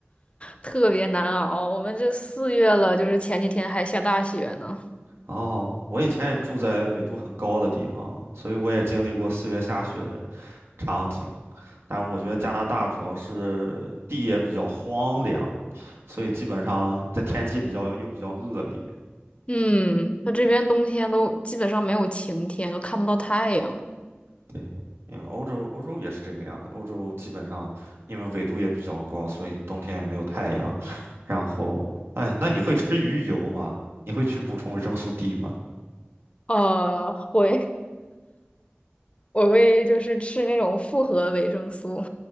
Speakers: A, on the left (about 30°); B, on the right (about 85°).
A: 特别难熬。我们这四月了，就是前几天还下大雪呢。
B: 哦，我以前也住在纬度很高的地方，所以我也经历过四月下雪的场景。但是我觉得加拿大主要是地也比较荒凉，所以基本上在天气比较又比较恶劣。
A: 嗯，它这边冬天都基本上没有晴天，都看不到太阳。
B: 对，因为欧洲欧洲也是这个样的，欧洲基本上因为纬度也比较高，所以冬天没有太阳。然后，哎，那你会吃鱼油吗？你会去补充维生素 D 吗？
A: 呃，会，我会就是吃那种复合维生素，